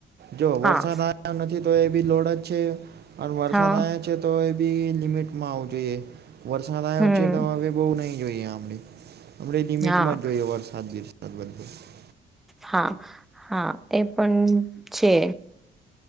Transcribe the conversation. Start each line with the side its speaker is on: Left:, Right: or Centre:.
Right: જો
Centre: હા
Right: વરસાદ આવ્યા નથી, તો એ બી લોડ જ છે, અને વરસાદ
Centre: હા
Right: આવે છે, તો એ બી લિમિટમાં આવવું જોઈએ. વરસાદ આવ્યો
Centre: હમ
Right: છે, તો હવે બઉુ નહીિ જોઈએ, આડે હડે લિમિટમાં
Centre: હા
Right: જ જોઈએ વરસાદ. સા <unintelligible> અદબો <unintelligible>
Centre: હા, હા, એ પણ છે.